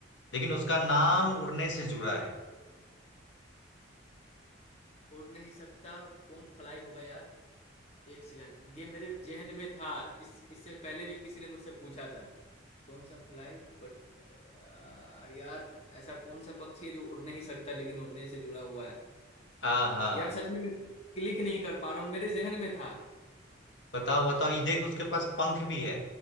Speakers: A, on the left; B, on the left.
A: लेकिन उसका नाम
B: हम्म
A: उड़ने से जुड़ा है
B: उड़ नहीं सकता कौन फ्लाई होगा यार एक सेकंड ये मेरे जेहन में था इस इससे पहले भी किसी ने मुझसे पूछा था कौन सा फ्लाई बट यार यार ऐसा कौन सा पक्षी है जो उड़ नहीं सकता लेकिन उड़ने से जुड़ा हुआ है
A: आहा
B: यार सच में मैं क्लिक नहीं कर पा रहा हूँ मेरे जेहन में था
A: बताओ बताओ ये देख उसके पास पंख भी है